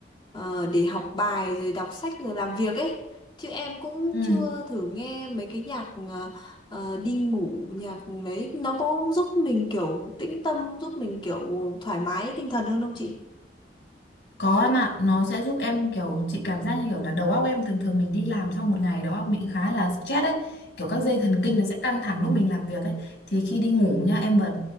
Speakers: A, on the left; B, on the left.
A: ờ, để học bài rồi đọc sách rồi làm việc ấy chứ em cũng
B: ừ
A: chưa thử nghe mấy cái nhạc ờ, ờ, đi ngủ nhạc đấy nó có giúp mình kiểu tĩnh tâm giúp mình kiểu thoải mái tinh thần hơn không chị?
B: có em ạ nó sẽ giúp em kiểu chị cảm giác như kiểu là đầu óc em thường thường mình đi làm sau một ngày đầu óc mình khá là stress ấy kiểu các
A: Ừ.
B: dây thần kinh nó sẽ căng thẳng lúc mình làm việc ấy thì khi đi ngủ nha em bật